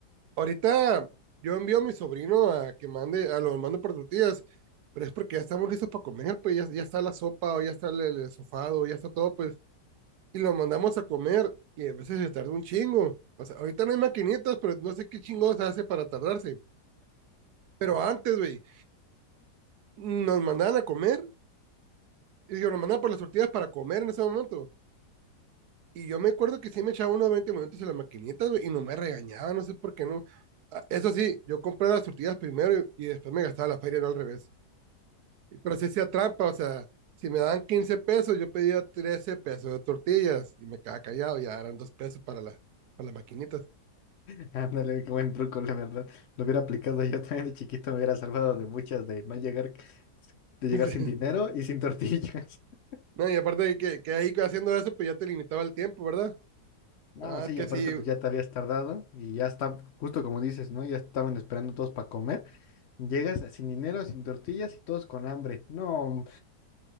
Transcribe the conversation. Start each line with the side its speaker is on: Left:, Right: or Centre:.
Right: ahorita yo envío a mi sobrino a que mande, a lo mando por tortillas, pero es porque ya estamos listos para comer, pues ya, ya está la sopa o ya está el, el sofado, ya está todo, pues y lo mandamos a comer y a veces se tarda un chingo. O sea, ahorita no hay maquinitas, pero no sé qué chingados hace para tardarse. Pero antes, güey, nos mandaban a comer y yo nos mandaban por las tortillas para comer en ese momento. Y yo me acuerdo que sí me echaba unos 20 minutos en la maquinita, güey, y no me regañaba, no sé por qué no. Ah, Eso sí, yo compré las tortillas primero y, y después me gastaba la feria, no al revés. Pero sí hacía trampa, o sea, si me daban 15 pesos, yo pedía 13 pesos de tortillas y me quedaba callado, ya eran 2 pesos para, la, para las maquinitas.
Left: <laughs> Ándale, qué buen truco, la verdad. Lo hubiera aplicado yo también de chiquito, me hubiera salvado de muchas, de no llegar,
Right: <laughs>
Left: de llegar
Right: Sí.
Left: sin dinero y sin tortillas. <laughs>
Right: No, y aparte de que, que ahí haciendo eso, pues ya te limitaba el tiempo, ¿verdad?
Left: No,
Right: No,
Left: sí,
Right: es que
Left: y aparte
Right: sí,
Left: pues ya te habías tardado y ya está, justo como dices, ¿no? Ya estaban esperando todos para comer. Llegas sin dinero, sin tortillas y todos con hambre. No,